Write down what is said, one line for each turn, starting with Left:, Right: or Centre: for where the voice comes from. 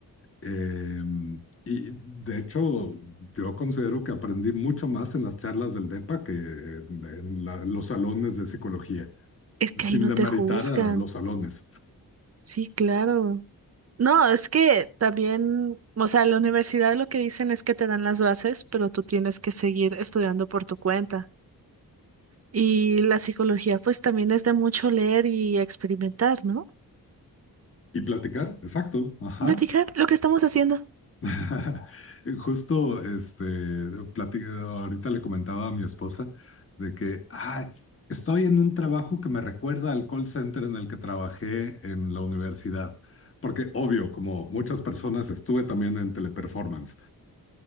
Left: eh, y de hecho, yo considero que aprendí mucho más en las charlas del DEPA que en, en la- los salones de psicología,
Right: Es que
Left: sin
Right: ahí no
Left: demeritar
Right: te juzgan.
Left: a los salones.
Right: Sí, claro. No, es que también, o sea, la universidad lo que dicen es que te dan las bases, pero tú tienes que seguir estudiando por tu cuenta. Y la psicología, pues también es de mucho leer y experimentar, ¿no?
Left: Y platicar, exacto, ajá.
Right: Platicar lo que estamos haciendo.
Left: <laughs> Justo, este, plati- ahorita le comentaba a mi esposa de que "Ah, estoy en un trabajo que me recuerda al call center en el que trabajé en la universidad. Porque, obvio, como muchas personas, estuve también en teleperformance.